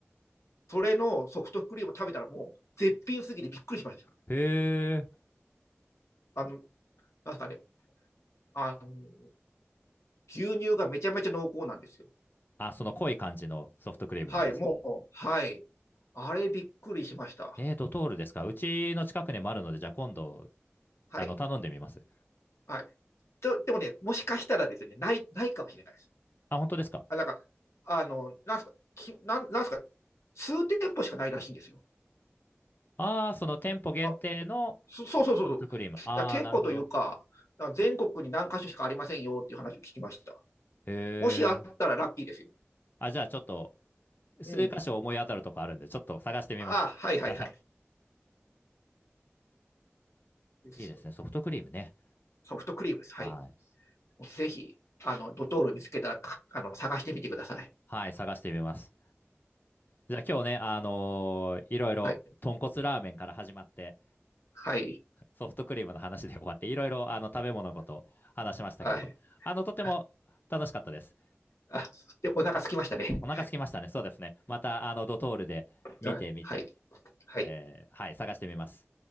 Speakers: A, on the left; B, on the left.
A: それのソフトクリームを食べたらもう絶品すぎてびっくりしました。
B: へえ。
A: あの、なんすかね、あの、牛乳がめちゃめちゃ濃厚なんですよ。
B: あ、その濃い感じのソフトクリームなんですね。
A: はい、もう、はい。あれびっくりしました。
B: えー、ドトールですかうちの近くにもあるので、じゃあ今度、
A: はい。
B: あの、頼んでみます。
A: はい。と、でもね、もしかしたらですね、ない、ないかもしれないです。
B: あ、本当ですか
A: あ、なんか、あの、なんすか、き、なん、なんすか、数店舗しかないらしいんですよ。
B: ああー、その店舗限定の
A: あ、そ、そうそうそうそう。
B: ソフトクリーム。
A: きあ店舗というか、
B: ああ、なるほど。
A: あ全国に何箇所しかありませんよっていう話を聞きました。
B: へ
A: もしあったらラッキーですよ。
B: え。あ、じゃあちょっと、数箇所思い当たるとこあるんで、
A: うん。
B: ちょっと探してみます。
A: あ、はいはいはい。
B: <laughs>
A: ですよ。
B: いいですね。ソフトクリームね。
A: ソフトクリームです。はい。
B: はい。
A: ぜひ、あの、ドトール見つけたら、かあの、探してみてください。
B: はい、探してみます。じゃあ今日ね、あのーいろいろ豚骨ラーメンから始まって
A: はい。はい。
B: ソフトクリームの話で終わっていろいろあの食べ物のこと話しましたけどあのとても楽しかったです。
A: はい。あ、あで、お腹空きましたね。
B: あ、お腹空きましたね。そうですね。またあのドトールで見てみて、
A: あはい。はい。
B: えーはい、探してみます。